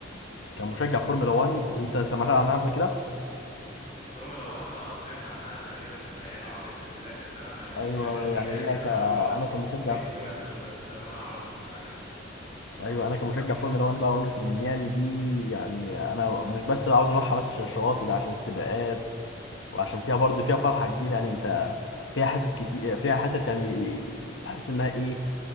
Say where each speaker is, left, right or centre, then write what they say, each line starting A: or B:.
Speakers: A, on the left; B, on the left.
A: كمشجع فورمولا 1 اللي انت سمعت عنها قبل كده
B: فورمولا 1 أه سمعت عنها تقريبا اللي هي العربيات السباق بس أنا ما ليش
A: ايوه
B: خبرة فيها
A: يعني
B: يعني
A: هي
B: اللي
A: ك...
B: أنا أعرفه
A: انا كمشجع
B: لويس هامilton بس ده اللي أنا أعرفه من اللعيبة أو
A: ايوه
B: من
A: انا
B: المسابقين
A: كمشجع فورمولا 1 بقى اقول لك ان ميامي دي يعني انا مش بس عاوز اروحها بس عشان الشواطئ ده عشان السباقات وعشان فيها برضه فيها فرحه كبيره يعني انت فيها حتت كتير فيها حتت يعني تحس انها ايه